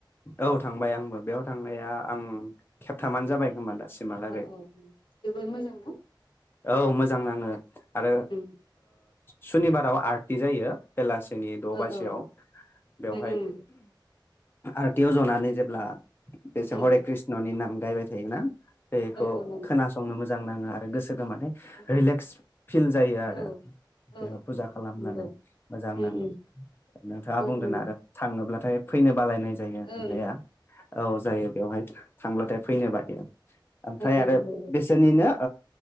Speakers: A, on the left; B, on the left.
A: औ थांबाय आंबो बेयाव थांनाया
B: औ
A: आं खेबथामानो जाबाय खोमा दासि मालागै
B: औ औ जोबोर मोजां ना
A: औ मोजां नाङो आरो
B: उम
A: सुनिबाराव आर्टि जायो बेलासिनि द'
B: औ
A: बाजियाव
B: औ
A: बेवहाय
B: उम उम
A: आर्टियाव जनानै जेब्ला बेसे
B: उम
A: हरि कृष्णनि नाम गायबाय थायोना बेखौ
B: औ औ नंगौ
A: खोनासंनो मोजां नाङो आरो गोसोखौ माने
B: उम
A: रिलेक्स
B: उम
A: फिल जायो आरो
B: औ औ
A: बेहा फुजा खालामनानै
B: नंगौ उम
A: मोजां नाङो
B: उम
A: नोंथाङा
B: ओं
A: बुंदों
B: ओं
A: आरो थाङोब्लाथाय फैनो बालायनाय जायो
B: ओं
A: होननाया औ जायो बेवहाय थांब्लाथाय फैनो बायो ओमफ्राय
B: ओं ओं
A: आरो
B: नंगौ
A: बेसे रनिनो